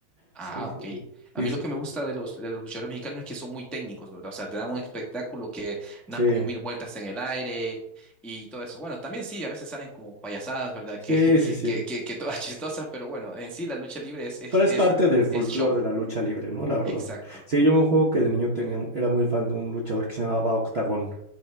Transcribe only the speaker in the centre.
Ah,
ok.
A
mí
lo que
me gusta de los, de los luchadores mexicanos es que son muy técnicos, ¿verdad? O sea, te dan un espectáculo que dan
como mil vueltas en el aire y todo eso. Bueno, también sí, a veces salen como payasadas, ¿verdad?
Que, <laughs>
que, que, que todas <laughs> chistosas, pero bueno, en sí la lucha libre es, es,
es,
es show.
Exacto.